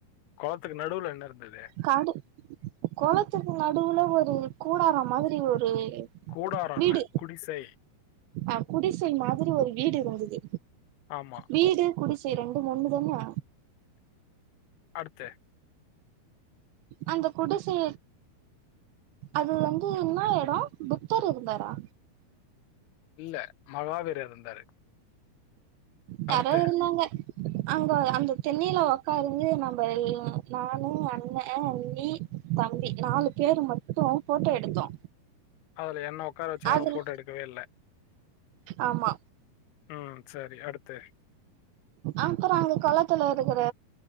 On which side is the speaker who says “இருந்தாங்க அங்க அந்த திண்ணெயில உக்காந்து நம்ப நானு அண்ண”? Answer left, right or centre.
Right